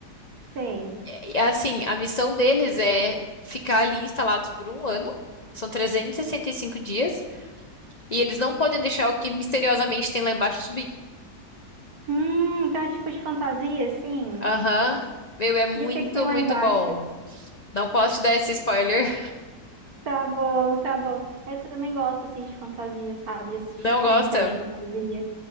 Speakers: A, on the right; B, on the left.
A: sei.
B: E, assim, a missão deles é ficar ali instalados por um ano, são trezentos e e sessenta e cinco dias, e eles não podem deixar o que misteriosamente tem lá embaixo subir.
A: Hum, então é tipo de fantasia, sim?
B: Aham, Meu, é muito,
A: E o que que tem lá
B: muito
A: embaixo?
B: bom. Não posso te dar esse spoiler. <laughs>
A: Tá bom, tá bom. Eu também gosto, assim, de fantasia, sabe? De assistir
B: Não
A: filme,
B: gosta?
A: série de fantasia.